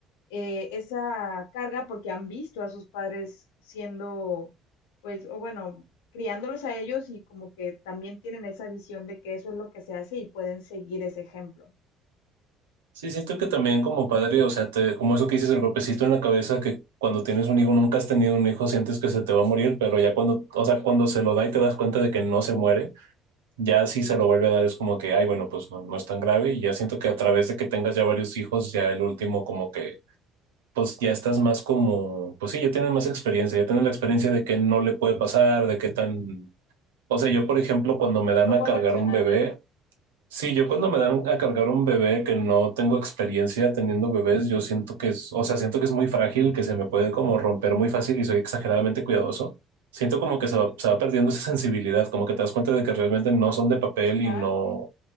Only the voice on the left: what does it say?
eh, esa carga porque han visto a sus padres siendo, pues, o bueno, criándolos a ellos y como que también tienen esa visión de que eso es lo que se hace y pueden seguir ese ejemplo.
¿Cómo
reaccionar?
Claro.